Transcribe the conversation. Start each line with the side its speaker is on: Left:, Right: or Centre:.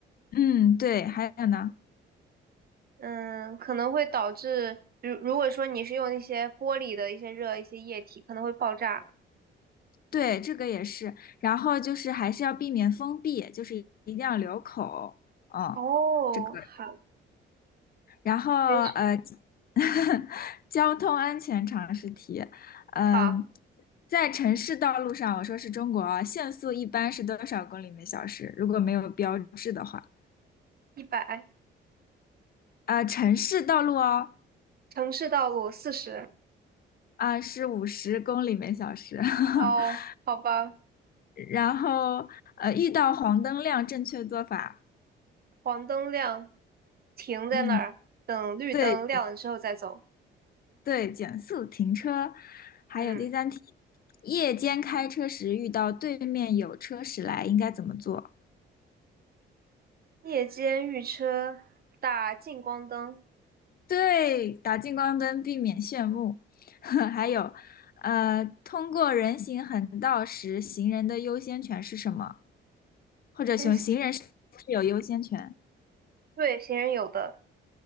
Left: 嗯，对，还有呢，
Right: 嗯，可能会导致，如如果说你是用那些玻璃的一些热一些液体，可能会爆炸。
Left: 对，这个也是。然后就是还是要避免封闭，就是一定要留口。哦，
Right: 哦，
Left: 这个。
Right: 好，
Left: 然后呃，
Right: 非常
Left: <laughs> 交通安全常识题，嗯、
Right: 好，
Left: 在城市道路上，我说是中国啊，限速一般是多少公里每小时？如果没有标志的话，
Right: 一百，
Left: 啊、城市道路哦，
Right: 城市道路四十。
Left: 啊、是五十公里每小时。<laughs>
Right: 哦，好吧。
Left: 然后呃，遇到黄灯亮，正确做法，
Right: 黄灯亮，停在那儿，
Left: 嗯，
Right: 等绿灯亮了之后再走。
Left: 对对，减速停车。还有第三题，
Right: 嗯，
Left: 夜间开车时遇到对面有车驶来，应该怎么做？
Right: 夜间遇车打近光灯，
Left: 对，打近光灯避免炫目，<laughs> 还有，呃，通过人行横道时，行人的优先权是什么？或者行行人是不是有优先权？
Right: 嗯，对行人有的，